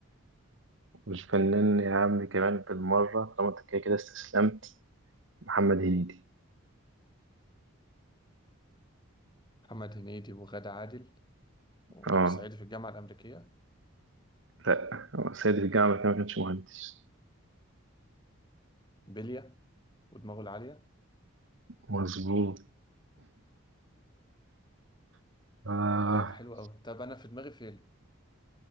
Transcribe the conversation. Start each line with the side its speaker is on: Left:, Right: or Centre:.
Right: والفنان يا عم كمان بالمرة طالما انت كده كده استسلمت محمد هنيدي
Left: محمد هنيدي وغادة عادل وصعيدي
Right: اه
Left: في الجامعة الأمريكية
Right: لا هو سيد الجامعة كمان ما كانش مهندس
Left: بلية ودماغه العالية
Right: مظبوط <laughs> آه
Left: طيب حلو أوي طب أنا في دماغي فيلم